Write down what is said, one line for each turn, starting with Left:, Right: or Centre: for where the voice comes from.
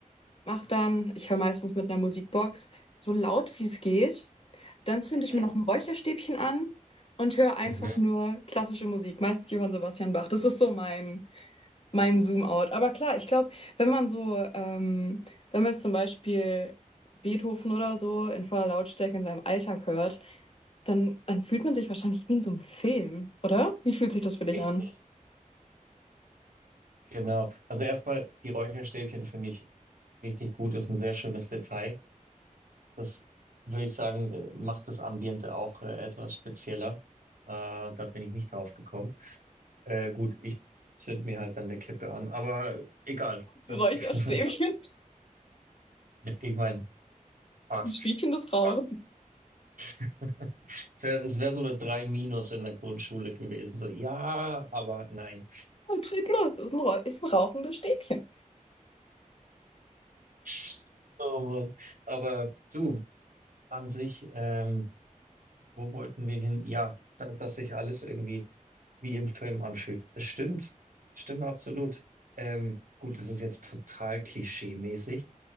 Left: mache dann, ich höre meistens mit einer Musikbox, so laut wie es geht. Dann zünde
Right: Mhm.
Left: ich mir noch ein Räucherstäbchen an und höre einfach
Right: Mhm.
Left: nur klassische Musik, meist Johann Sebastian Bach. Das ist so mein mein Zoom-out. Aber klar, ich glaube, wenn man so, ähm, wenn man jetzt zum Beispiel Beethoven oder so in voller Lautstärke in seinem Alltag hört, dann, dann fühlt man sich wahrscheinlich wie in so einem Film, oder? Wie fühlt sich das für dich
Right: Richtig.
Left: an?
Right: Genau. Also erstmal die Räucherstäbchen finde ich richtig gut, ist ein sehr schönes Detail. Das würde ich sagen, äh, macht das Ambiente auch äh, etwas spezieller. Da, da bin ich nicht drauf gekommen. Äh, gut, ich zünd mir halt dann eine Kippe an, aber egal. Das,
Left: Räucherstäbchen,
Right: <laughs> ich meine, passt.
Left: <laughs> ein Stäbchen des Rauchens.
Right: Passt. <laughs> Es wäre es wär so eine 3 minus in der Grundschule gewesen. So, ja, aber nein.
Left: Trieb los, das ist ein, Rauch- ist ein rauchendes Stäbchen.
Right: <laughs> Oh Mann. Aber du, an sich, ähm, wo wollten wir hin? Ja, da, dass sich alles irgendwie wie im Film anfühlt. Es stimmt, es stimmt absolut. Ähm, gut, es ist jetzt total klischee-mäßig,